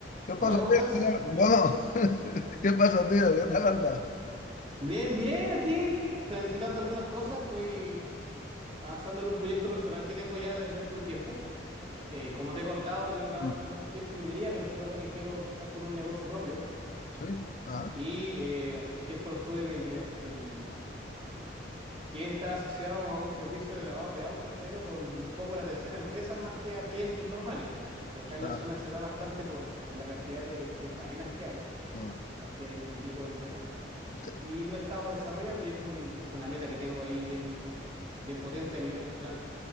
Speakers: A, on the left; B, on the right.
A: ¿Qué pasa,
B: Hola, ¿cómo
A: tío?
B: estás?
A: ¿Qué tal? Bueno, <laughs> ¿qué pasa, tío? ¿Qué tal andas?
B: Bien, bien, aquí planificando algunas cosas. Estoy avanzando en un proyecto personal que tengo ya desde hace un tiempo. Eh, como te he contado, yo trabajo
A: Mm,
B: mucho tiempo en minería, pero hace rato que quiero empezar con un negocio propio.
A: Sí, ah,
B: Y eh, hace un tiempo lo estuve viendo ya, el, que está asociado a un servicio de lavado de autos, pero con un foco en atención a empresas más que a clientes normales. Que acá
A: está.
B: en la zona se da bastante por, por la cantidad de, de faenas que hay,
A: ah.
B: la cantidad y, y tipo de empresas.
A: Te-
B: y lo he estado desarrollando y es, un- es una meta que tengo ahí bien, bien potente a nivel personal.